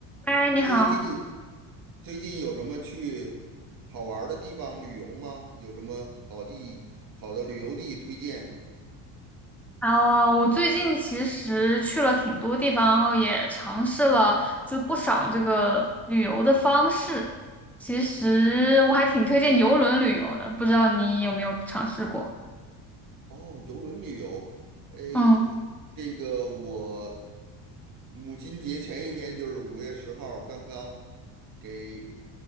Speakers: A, in the centre; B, on the right (about 45°).
A: 嗨，你好。
B: 最近最近有什么去好玩儿的地方旅游吗？有什么好地好的旅游地推荐？
A: 啊，我最近其实去了挺多地方，然后也尝试了就不少这个旅游的方式。其实我还挺推荐游轮旅游的，不知道你有没有尝试过？
B: 哦，游轮旅游，哎，
A: 嗯，
B: 很这个我母亲节前一天就是五月十号，刚刚给